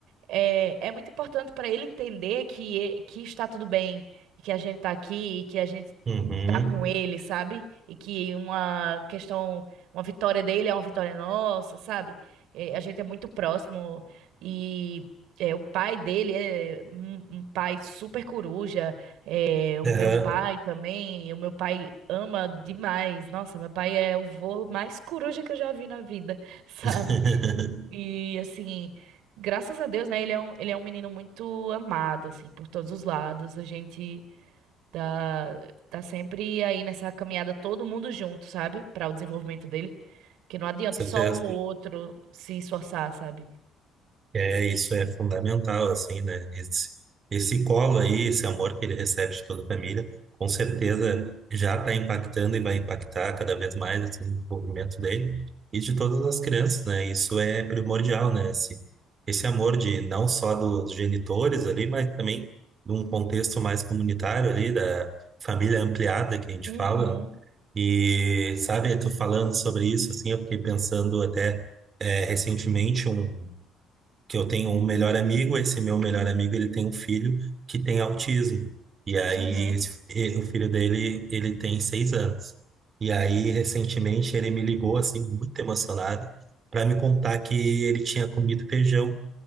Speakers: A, on the right; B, on the right.
A: eh, é, muito importante para ele entender que, e- que está tudo bem, e que a gente está aqui, e que a gente
B: Uhum.
A: tá com ele, sabe? E que uma questão, uma vitória dele é uma vitória nossa, sabe? É, a gente é muito próximo e é, o pai dele é um, um pai super coruja, é, o
B: Aham.
A: meu pai também, o meu pai ama demais. Nossa, meu pai é o vô mais coruja que eu já vi na vida, <laughs> sabe?
B: <laughs>
A: E assim, graças a Deus, né? Ele é um, ele é um menino muito amado, assim, por todos os lados. A gente Tá, tá sempre aí nessa caminhada todo mundo junto, sabe? Para o desenvolvimento dele. Que não adianta
B: Certeza.
A: só um ou outro se esforçar, sabe?
B: É, isso é fundamental, assim, né? Esse, esse colo aí, esse amor que ele recebe de toda a família, com certeza já está impactando e vai impactar cada vez mais, assim, no desenvolvimento dele e de todas as crianças, né? Isso é primordial, né? Esse, esse amor de não só dos genitores ali, mas também de um contexto mais comunitário ali, da família ampliada que a gente
A: Uhum,
B: fala. E, sabe, tu falando sobre isso, assim, eu fiquei pensando até eh, recentemente um que eu tenho um melhor amigo, esse meu melhor amigo, ele tem um filho que tem autismo. E aí,
A: uhum,
B: esse- e- o filho dele, ele tem seis anos. E aí, recentemente, ele me ligou, assim, muito emocionado, para me contar que ele tinha comido feijão